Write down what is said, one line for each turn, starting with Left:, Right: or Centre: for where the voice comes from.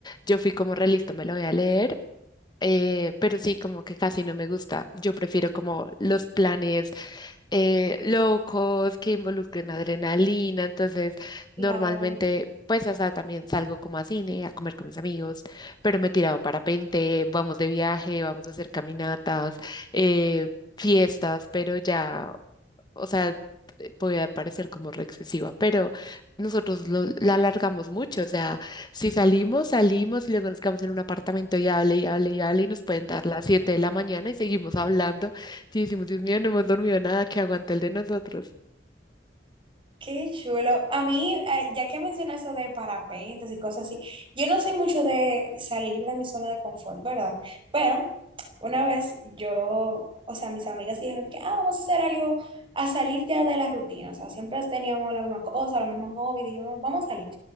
Left: yo fui como realista, me lo voy a leer, eh, pero sí, como que casi no me gusta. Yo prefiero como los planes eh, locos que involucren adrenalina, entonces
Right: Claro.
Left: normalmente, pues, o sea, también salgo como a cine, a comer con mis amigos, pero me he tirado parapente, vamos de viaje, vamos a hacer caminatas, eh, fiestas, pero ya o sea, eh, podía parecer como re excesiva, pero nosotros lo, la alargamos mucho, o sea, si salimos, salimos y luego nos quedamos en un apartamento y hable y hable y hable y nos pueden dar las 7 de la mañana y seguimos hablando y decimos, Dios mío, no hemos dormido nada, que aguante el de nosotros.
Right: Qué chulo. A mí, eh, ya que mencionas eso de parapentes y cosas así, yo no soy mucho de salir de mi zona de confort, ¿verdad? Pero una vez yo, o sea, mis amigas dijeron que, ah, vamos a hacer algo, a salir ya de la rutina. O sea, siempre teníamos la misma cosa, los mismos hobbies, dijimos, vamos a salir.